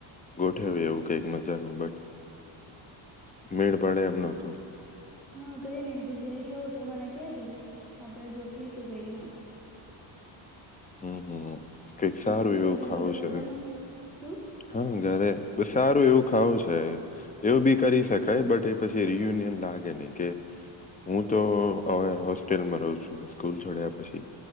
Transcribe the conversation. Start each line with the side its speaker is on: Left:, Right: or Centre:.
Left: ગોઠવવીએ એવું કાઈક મજાનું બટ મેળ પડે એમ નતો.
Centre: હા કઈ નઈ, તું ફ્રી થવું તો મને કે જે આપણેે ગોઠવીશું કઈક મસ્ત.
Left: હમ્મ હમ્મ કઈક સારું
Centre: બાકી
Left: એવું
Centre: ઘરે
Left: ખાવું
Centre: બધા
Left: છે.
Centre: મજામાં શું
Left: હા ઘરે સારું એવું ખાવું છે એવું બી કરી શકાય બટ એ પછી રિયુનિયન લાગે નહી કે હું તો હવે હોસ્ટેલમાં રહું છું સ્કૂલ છોડ્યા પછી.